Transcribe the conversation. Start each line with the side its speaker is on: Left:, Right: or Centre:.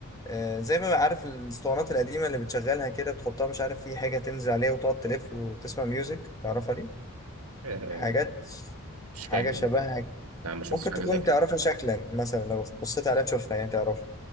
Left: آه، زي ما عارف الاسطوانات القديمة اللي بتشغلها كده بتحطها مش عارف في حاجة تنزل عليها وتقعد تلف وتسمع ميوزك تعرفها دي
Right: آه،
Left: حاجات
Right: مش
Left: حاجة
Right: فاكر
Left: شبهها
Right: لا ما شفتش
Left: ممكن
Right: حاجة
Left: تكون
Right: زي كده
Left: تعرفها شكلا مثلا لو بصيت عليها تشوفها يعني تعرفها